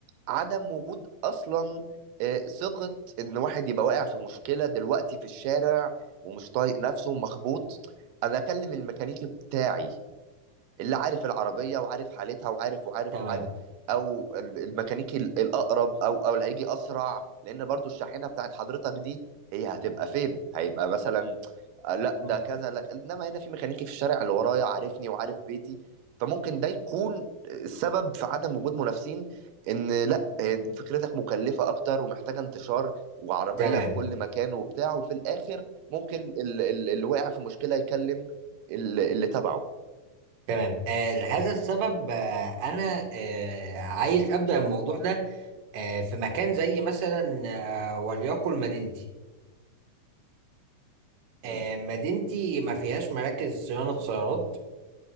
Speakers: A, on the right; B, on the right.
A: عدم وجود اصلا آه، ثقة ان واحد يبقى واقع في مشكلة دلوقتي في الشارع ومش طايق نفسه ومخبوط انا اكلم الميكانيكي بتاعي اللي عارف العربية وعارف حالتها وعارف وعارف
B: تمام
A: وعارف او ال- الميكانيكي ال- الاقرب او او اللي هيجي اسرع لان برضو الشاحنة بتاعت حضرتك دي هي هتبقى فين هيبقى مثلا آه، لا ده
B: مم.
A: كذا لا انما هنا في ميكانيكي في الشارع اللي ورايا عارفني وعارف بيتي فممكن ده يكون السبب في عدم وجود منافسين ان لا آه، فكرتك مكلفة اكتر ومحتاجة انتشار وعربية
B: تمام
A: في كل مكان وبتاع وفي الاخر ممكن ال- ال- اللي واقع في مشكلة يكلم ال- اللي تبعه
B: تمام آه لهذا السبب آه انا آه عايز ابدا الموضوع ده آه في مكان زي مثلا آه وليقل مدينتي آه
A: مم.
B: مدينتي ما فيهاش مراكز صيانه سيارات